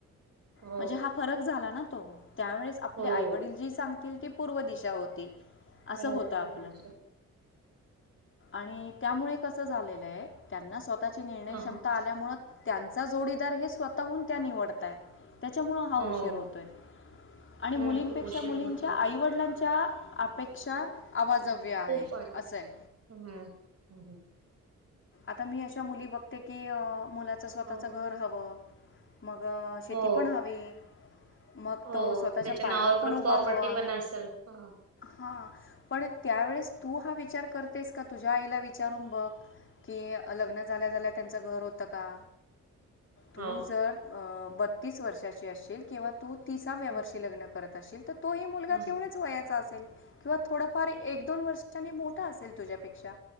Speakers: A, on the right (about 50°); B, on the left (about 40°).
A: हो
B: म्हणजे हा फरक झाला ना तो त्यावेळेस आपले
A: हो
B: आई- वडील जी सांग ती पूर्व दिशा होती असं
A: हो
B: होत आपलं
A: प्रदूषण
B: आणि त्यामुळे कसं झालेलं आहे त्यांना स्वतःची निर्णय
A: हां,
B: क्षमता
A: हां,
B: आल्यामुळं त्यांचा जोडीदार हे स्वतःहून त्या निवडतायेत त्याच्यामुळे हा
A: हो
B: उशीर होतोय आणि मुलींपेक्षा
A: हं, खूप उशीर
B: मुलींच्या
A: होतोय.
B: आईवडिलांच्या त्या अपेक्षा आवाजव्य आहेत
A: खूप वाढल्या
B: असं आहे
A: हम्म.
B: आता मी अशा मुली बघते की मुलाचा स्वतःच
A: हो,
B: घर हवं मगं शेती
A: हो,
B: पण हवी मग
A: हो
B: तो स्वतःच्या
A: त्याच्या
B: पायावर
A: नावावर प्र
B: पण उभा
A: प्रॉपर्टी
B: हवा.
A: पण असेल. हां.
B: हा पण त्यावेळेस तू हा विचार करतेस का तुझ्या आईला विचारून बघ की लग्न झाल्या झाल्या त्यांचं घर होतं का? तू
A: हो,
B: जर अ बत्तीस वर्षाची असशील किंवा तू तिसाव्या
A: हं,
B: वर्षी लग्न करत असशील तर तोही मुलगा
A: हां,
B: तेवढाच
A: हां,
B: वयाचा असेल किंवा थोडफार एक दोन वर्षानी मोठा असेल तुझ्यापेक्षा